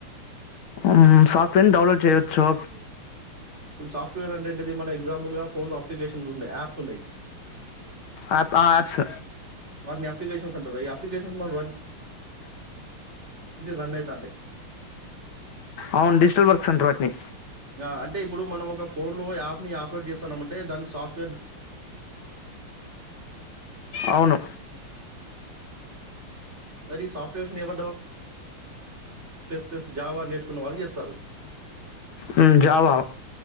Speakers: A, on the left; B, on the right.
A: మ్మ్ సాఫ్ట్వేర్ ని డౌన్ జేయొచ్చు
B: ఇప్పుడు సాఫ్ట్వేర్ అంటేంటిది మన ఎగ్జాంపుల్ గా ఫోన్ లో అప్లికేషన్స్ ఉన్నాయి యాప్స్ ఉన్నాయి
A: యాప్ ఆ యాప్స్
B: వాటిని అప్లికేషన్స్ అంటారు అప్లికేషన్స్ మన రన్ అయితాంటాయి.
A: అవును డిజిటల్ వర్క్స్ అంటర్ వాటిని
B: ఆ అంటే ఇప్పుడు మనం ఒక ఫోన్ లో యాప్ ని ఆపరేట్ చేస్తాన్నమంటే దాని సాఫ్ట్
A: అవును
B: మరి సాఫ్వేర్ నీ ఎవ ప్లస్, జావా నేర్చుకున్న వాళ్ళు చేస్తారు.
A: మ్మ్ జా వా